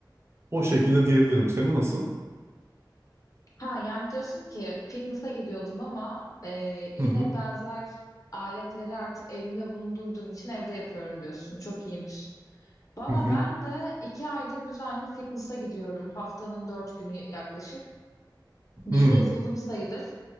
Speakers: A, on the right; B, on the left.
A: O şekilde diyebilirim. Senin nasıl?
B: Ha yani diyorsun ki fitness'a gidiyordum ama e, yine
A: Hı hı.
B: benzer aletleri artık evimde bulundurduğum için evde yapıyorum diyorsun. Çok iyiymiş. Valla
A: Hı hı.
B: ben de iki aydır düzenli fitness'a gidiyorum. Haftanın dört günü yaklaşık. Yeni
A: Hı
B: yazıldım sayılır.